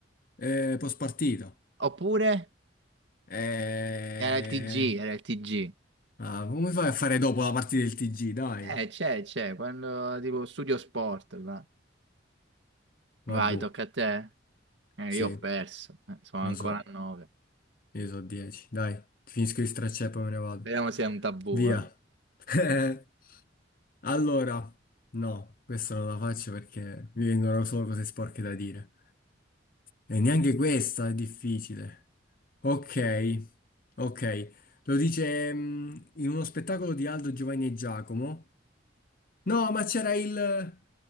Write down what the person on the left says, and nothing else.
eh, post partita.
Eh,
ah, come fai a fare dopo la partita del TG? Dai,
ma
boh,
sì,
lo
so,
io so 10. Dai, finisco di stracciare e poi me ne vado.
Via.
<laughs> Allora, no, questa non la faccio perché mi vengono solo cose sporche da dire. E neanche questa è difficile. Ok, ok. Lo dice, mm, in uno spettacolo di Aldo, Giovanni e Giacomo. No, ma c'era il...